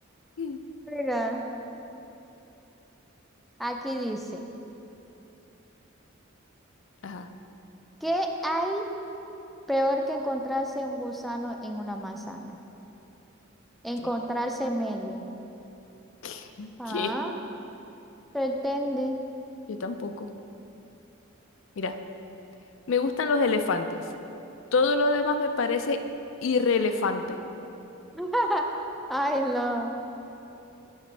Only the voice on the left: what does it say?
Mm.
Ajá.
¿Qué?
<laughs> ¿Qué?
Yo tampoco. Mira, me gustan los elefantes. Todo lo demás me parece irrelevante.